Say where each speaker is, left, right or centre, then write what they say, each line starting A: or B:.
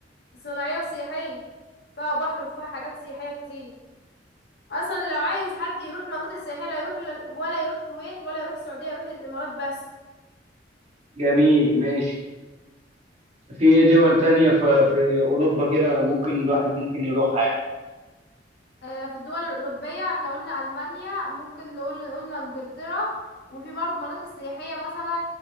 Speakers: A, on the left; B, on the right.
A: صناعيه وسياحيه فيها بحر وفيها حاجات سياحيه كتير اصلا لو عايز حد يروح مناطق سياحيه لا يروح ل- ولا يروح كويت ولا يروح السعوديه يروح الامارات بس
B: جميل ماشي في إيه دول تانية في, في أوروبا كده ممكن الواحد ممكن يروحها يعني
A: آه، في الدول الأوروبية احنا قلنا ألمانيا ممكن نقول قلنا إنجلترا وفي برضو مناطق سياحية مثلا